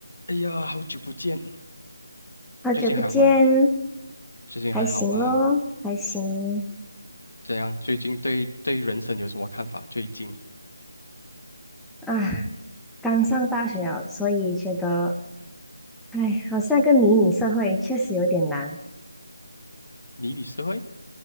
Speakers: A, on the left; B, in the centre.
A: 哎呀，好久不见，
B: 好久不见，
A: 最近还好吗？最近还好吗？
B: 还行咯，还行
A: 怎样？最近对对人生有什么看法？最近
B: 啊。刚上大学啊，所以觉得，哎，好像个迷你社会，确实有点难。
A: 迷你社会，